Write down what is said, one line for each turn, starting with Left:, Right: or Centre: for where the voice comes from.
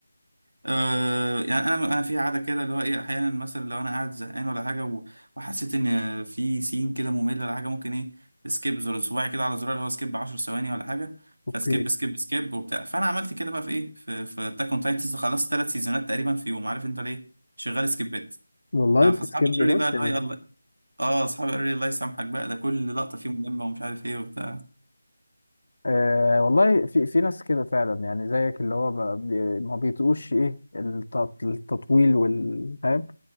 Right: أه يعني انا انا في عاده كده اللي هو ايه احيانا مثلا لو انا قاعد زهقان ولا حاجه و- وحسيت ان في سين كده ممل ولا حاجه ممكن ايه سكيب زر صباعي كده على زرار اللي هو سكيب 10 ثواني ولا حاجه
Left: اوكي
Right: فسكيب سكيب سكيب وبتاع فانا عملت كده بقى في ايه في في اتاك اون تايتنز خلصت ثلاث سيزونات تقريبا في يوم عارف انت ليه شغال سكيبات
Left: والله
Right: ف- فاصحابي
Left: بتسكيب
Right: قالوا لي
Left: بس
Right: بقى اللي
Left: يعني
Right: هو إيه، الله اه اصحابي قالوا لي الله يسامحك بقى ده كل لقطه فيه مهمه ومش عارف ايه وبتاع
Left: أه والله في في ناس كده فعلا يعني زيك اللي هو ب- بي- ما بيطقوش ايه الت- التطويل والفهم